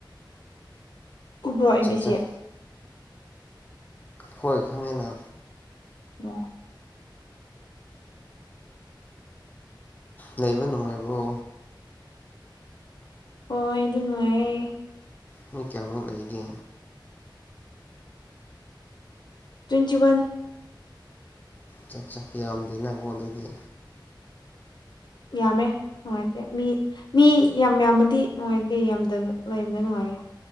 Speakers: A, on the left; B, on the left.
A: ꯀꯨꯕ꯭ꯔꯣ ꯑꯦꯝ
B: ꯆꯠ
A: ꯕꯤ
B: ꯆꯠ
A: ꯁꯤ
B: ꯍꯣꯏ ꯈꯪꯉꯦꯅ
A: ꯑꯣ
B: ꯂꯩꯕ ꯅꯨꯉꯥꯢꯕꯔꯣ
A: ꯍꯣꯏ ꯑꯗꯨꯝ ꯅꯨꯉꯥꯢꯌꯦ
B: ꯃꯤ ꯀꯌꯥꯃꯨꯛ ꯂꯩꯒꯦ
A: ꯇ꯭ꯋꯦꯟꯇꯤ ꯋꯥꯟ
B: ꯆꯥꯠ ꯆꯥ ꯌꯥꯝꯗꯦꯅ ꯀꯣ ꯑꯗꯨꯗꯤ
A: ꯌꯥꯝꯃꯦ ꯅꯨꯡꯉꯥꯏꯇꯦ ꯃꯤ ꯃꯤ ꯌꯥꯝ ꯌꯥꯝꯃꯗꯤ ꯅꯨꯡꯉꯥꯏꯇꯦ ꯌꯥꯝꯗꯅ ꯂꯩ ꯂꯩꯕ ꯅꯨꯡꯉꯥꯢꯌꯦ